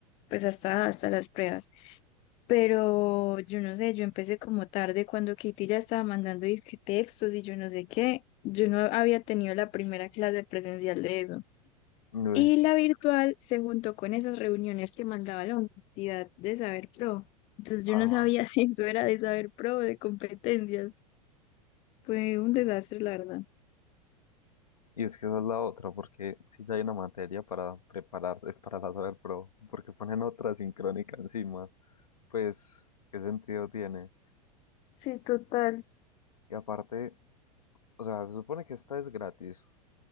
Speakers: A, on the left (about 30°); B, on the left (about 75°).
A: pues hasta, hasta las pruebas. Pero yo no sé, yo empecé como tarde cuando Katie ya estaba mandando disque textos y yo no sé qué. Yo no había tenido la primera clase presencial de eso.
B: uy,
A: Y la virtual se juntó con esas reuniones que mandaba la Universidad de Saber Pro. Entonces
B: ah,
A: yo no sabía <laughs> si eso era de Saber Pro o de competencias. Fue un desastre, la verdad.
B: y es que esa es la otra, porque si ya hay una materia para prepararse <laughs> para la saber pro, porque ponen otra asincrónica encima, pues, ¿qué sentido tiene?
A: Sí, total,
B: Y aparte... O sea, se supone que esta es gratis,